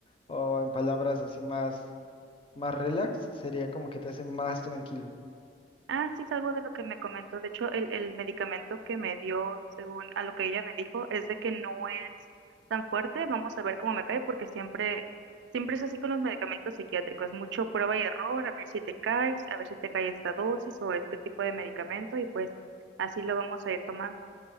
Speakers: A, on the left; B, on the right.
A: o, o en palabras así más, más relax, sería como que te hace más tranquilo.
B: Ah, sí, es algo de lo que me comentó. De hecho, el, el medicamento que me dio, según a lo que ella me dijo, es de que no es tan fuerte. Vamos a ver cómo me cae, porque siempre, siempre es así con los medicamentos psiquiátricos. Mucho prueba y error, a ver si te caes, a ver si te cae esta dosis o este tipo de medicamento, y pues así lo vamos a ir tomando.